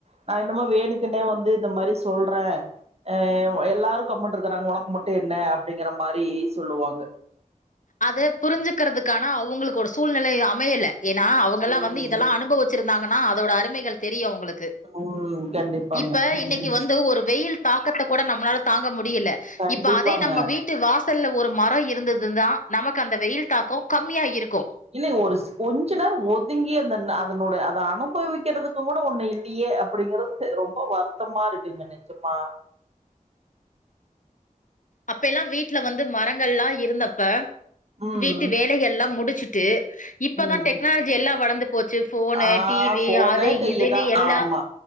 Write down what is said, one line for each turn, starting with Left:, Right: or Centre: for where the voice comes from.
Right: நா என்னமோ வேணுக்குனே வந்து இந்த மாரி சொல்றே அ எல்லாரு கம்முன்ட் இருக்குறாங்க ஒனக்கு மட்டு என்ன அப்டிங்கிற மாரி சொல்லுவாங்க
Left: அத புரிஞ்சுக்குறதுக்கான அவுங்களுக்கு ஒரு சூழ்நிலை அமையல ஏனா அவுங்களா
Right: ம்.
Left: வந்து இதெல்லா அனுபவுச் சிருந்தாங்கனா அதோட அருமைகள் தெரியு அவுங்களுக்கு
Right: ம் கண்டிப்பாங்க
Left: இப்ப இன்னக்கி
Right: ம்.
Left: வந்து ஒரு வெயில் தாக்கத்த கூட நம்மளால தாங்க முடியல
Right: கண்டிப்பாங்க
Left: இப்ப அதே நம்ம வீட்டு வாஸ் சல்ல ஒரு மரோ இருந்தது தா நமக்கு அந்த வெயில் தாக்கோ கம்மியா இருக்கு
Right: இல்லங்க ஒருஸ் கொஞ்ச நேர ஒதுங்கி அந்தன்ன அதனோட அத அனுபவிக்கிறதுக்கு கூட ஒண்ணு இல்லியே அப் அப்டிங்கிறது ரொம்ப வருத்தமா இருக்குங்க நிஜமா
Left: அப்ப எல்லா வீட்ல வந்து மரங்கல்லா இருந்தப்ப
Right: ம்
Left: வீட்டு வேலையெல்லா முடிச்சுட்டு இப்பதா
Right: ம்
Left: டெக்னாலஜி எல்லா வளந்துப் போச்சு ஃபோனு
Right: ஆ
Left: டிவி
Right: போனே
Left: அது
Right: கையதான்
Left: இதுனு எல்லா
Right: ஆமா